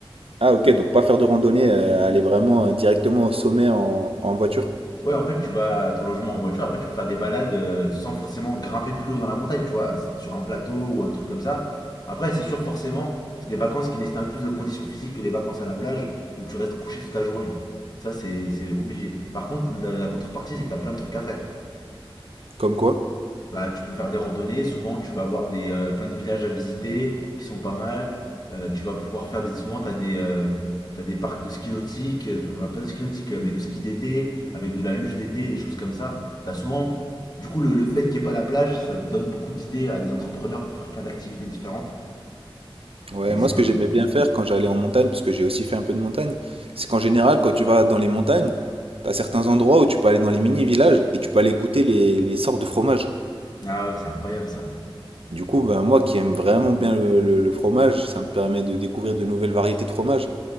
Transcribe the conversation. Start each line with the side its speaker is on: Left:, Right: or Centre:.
Right: Ah ok, donc pas faire de randonnée, euh, aller vraiment euh, directement au sommet en, en voiture.
Left: Ouais, en fait tu vas à ton logement en voiture, après tu peux faire des balades euh, sans forcément grimper plus haut dans la montagne, tu vois, sur un plateau ou un truc comme ça. Après c'est sûr forcément, c'est des vacances qui nécessitent un peu plus de conditions physiques que les vacances à la plage où tu restes couché toute la journée. Ça c'est c'est obligé. Par contre la, la contrepartie c'est que t'as plein de trucs à faire.
Right: Comme quoi?
Left: bah, tu peux faire des randonnées. Souvent, tu vas avoir des, euh, plein de villages à visiter qui sont pas mal. Euh, tu vas pouvoir faire des. Souvent, tu as des. euh, T'as des parcs de ski nautique, euh, enfin, pas de ski nautique, euh, mais de ski d'été, avec de la luge d'été, des choses comme ça. T'as souvent, du coup, le, le fait qu'il n'y ait pas la plage, ça te donne beaucoup d'idées à des entrepreneurs pour faire plein d'activités différentes,
Right: Ouais,
Left: et
Right: moi
Left: c'est
Right: ce
Left: pas
Right: que
Left: mal.
Right: j'aimais bien faire quand j'allais en montagne, parce que j'ai aussi fait un peu de montagne, c'est qu'en général quand tu vas dans les montagnes, t'as certains endroits où tu peux aller dans les mini-villages et tu peux aller goûter les, les sortes de fromages.
Left: Ah ouais, c'est incroyable ça.
Right: Du coup, ben, moi qui aime vraiment bien le, le- le fromage, ça me permet de découvrir de nouvelles variétés de fromages.